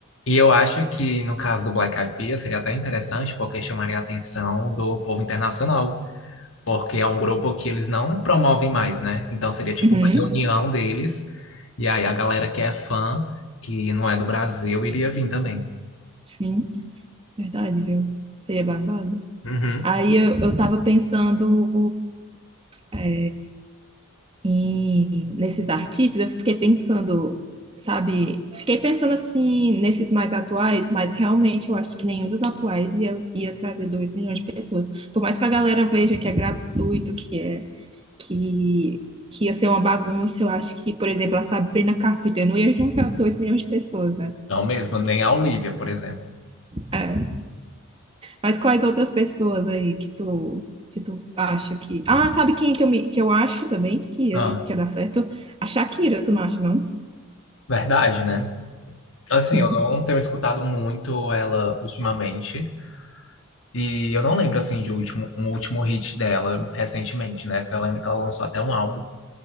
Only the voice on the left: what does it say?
E eu acho que no caso do Black Eyed Peas seria até interessante porque chamaria a atenção do povo internacional. porque é um grupo que eles não promovem mais, né? Então seria tipo
uma reunião deles, e aí a galera que é fã, que não é do Brasil, iria vir também.
Uhum.
Não mesmo, nem a Olivia, por exemplo.
Ah,
verdade, né? Assim,
eu não tenho escutado muito ela ultimamente. E eu não lembro, assim, de último, um último hit dela recentemente, né? Que eu lembro que ela lançou até um álbum.